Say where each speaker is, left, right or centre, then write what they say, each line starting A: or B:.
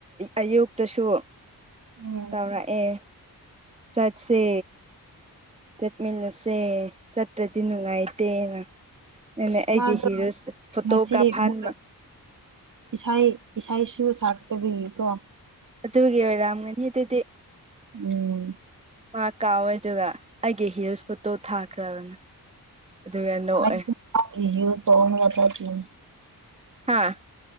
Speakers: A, on the right (about 15°); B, on the right (about 55°).
A: ꯑꯌꯨꯛꯇꯁꯨ
B: ꯎꯝ
A: ꯇꯧꯔꯛꯑꯦ ꯆꯠꯁꯦ ꯆꯠꯃꯤꯟꯅꯁꯦ ꯆꯠꯇ꯭ꯔꯗꯤ ꯅꯨꯡꯉꯥꯏꯇꯦꯅ ꯑꯩꯒꯤ
B: ꯃꯥꯗꯣ
A: ꯍꯤꯂ꯭ꯁ ꯐꯣꯇꯣ
B: ꯉꯁꯤ
A: ꯀꯥꯐꯟꯕ
B: ꯃꯣꯏ ꯏꯁꯩ ꯏꯁꯩꯁꯨ ꯁꯛꯄꯕꯒꯤ ꯀꯣ
A: ꯑꯗꯨꯒꯤ ꯑꯣꯏꯔꯥꯝꯒꯅꯤ ꯑꯗꯨꯗꯤ
B: ꯎꯝ
A: ꯃ ꯀꯥꯎꯋꯦ ꯑꯗꯨꯒ ꯑꯩꯒꯤ ꯍꯤꯂꯁ ꯐꯣꯇꯣ ꯊꯥꯈ꯭ꯔꯕꯅꯦ ꯑꯗꯨꯒ ꯅꯣꯛꯑꯦ
B: ꯑꯩꯒꯤ ꯍꯤꯂꯁ ꯇꯣꯡꯉꯥꯒ ꯆꯠꯅꯤ
A: ꯍꯥꯥ